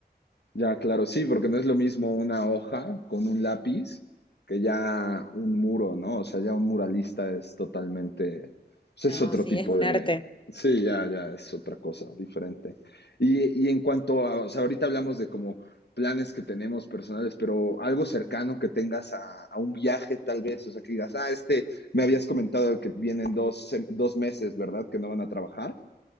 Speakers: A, on the left; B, on the left.
A: Ya, claro, sí, porque no es lo mismo una hoja con un lápiz que ya un muro, ¿no? O sea, ya un muralista es totalmente, pues
B: No,
A: es otro
B: sí,
A: tipo
B: es un
A: de,
B: arte.
A: sí, ya, ya es otra cosa diferente. Y, y en cuanto a, o sea, ahorita hablamos de como planes que tenemos personales, pero algo cercano que tengas a, a un viaje tal vez, o sea, que digas, ah, este, me habías comentado que vienen dos, se- dos meses, ¿verdad? Que no van a trabajar,